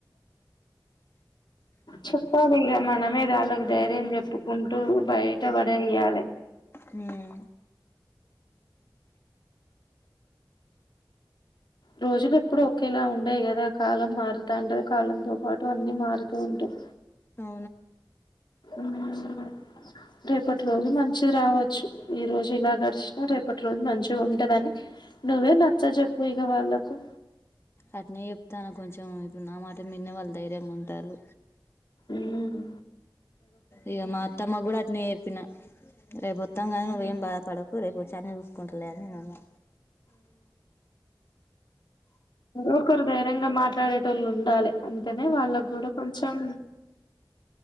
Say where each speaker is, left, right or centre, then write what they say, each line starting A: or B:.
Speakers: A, on the left; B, on the left.
A: చెప్పాలి ఇగ మనమేద వాళ్ళకి ధైర్యం చెప్పుకుంటూ బయట బడేయ్యాలె
B: ఉమ్
A: రోజులు ఎప్పుడు ఒకేలా ఉండయి గదా కాలం మారుతాంట కాలంతో పాటు అన్నీ మారుతూ ఉంటాయి
B: త
A: మ్మ్ రేపటి రోజు మంచిది రావచ్చు ఈ రోజు ఇలా గడిచినా రేపటి రోజు రోజు మంచిగా ఉంటదని నువ్వే నచ్చ జెప్పు ఇగ వాళ్ళకు
B: అట్నే చెప్తాన కొంచెం ఇప్పుడు నా మాట ఇని ఇంగ వాళ్ళు ధైర్యంగా ఉంటారు
A: మ్మ్
B: ఇగ మా అత్తమ్మ కూడా అట్లనే చెప్పిన రేపు వొత్తం కదా నువ్వేం బాధపడకు రేపు వచ్చకా అన్ని చూసుకుంటలే అని అన్నాను
A: ఒకరు ధైర్యంగా మాట్లాడే వాళ్ళు ఉండాలి ఉంటేనే వాళ్ళకి కూడా కొంచెం